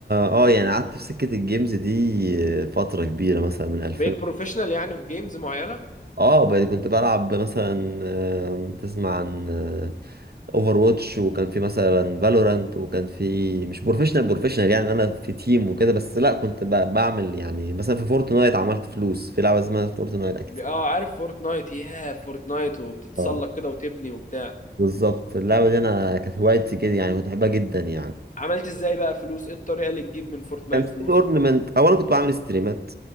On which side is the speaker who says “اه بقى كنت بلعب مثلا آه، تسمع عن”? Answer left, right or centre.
Right